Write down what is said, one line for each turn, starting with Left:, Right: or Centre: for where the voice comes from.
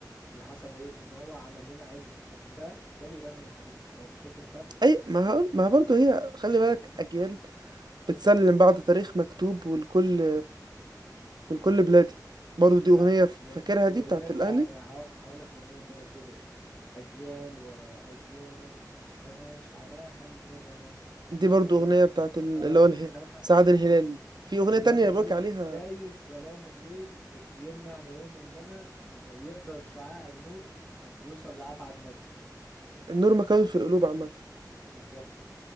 Left: اللي حصل إيه إن هو عمل لنا علم لكن ده ده بيغني لحبيبته فاهم شفت الفرق؟
Right: اي ما هقول ما برضه هي خلي بالك اجيال بتسلم بعض تاريخ مكتوب والكل والكل بلادي برضه دي
Left: لا
Right: اغنيه فاكرها
Left: الأغ- الأغنية
Right: دي بتاعت الاهلي
Left: لا أنا هقول لك الأغنية التانية بتقول إيه أجيال ورا أجيال هنعيش على حلمنا
Right: دي برضه
Left: وال
Right: اغنيه بتاعت ال-
Left: اه
Right: اللي هو اله-
Left: اللي هو
Right: سعد الهلالي
Left: لا-
Right: في اغنيه
Left: اللي
Right: تانية
Left: هو كان
Right: بيقولك
Left: بيقول
Right: عليها
Left: جايز ظلام الليل ي- يمنع نيوم انما يقدر شعاع النور يوصل لأبعد مدى
Right: النور مكان في القلوب عامه
Left: بالظبط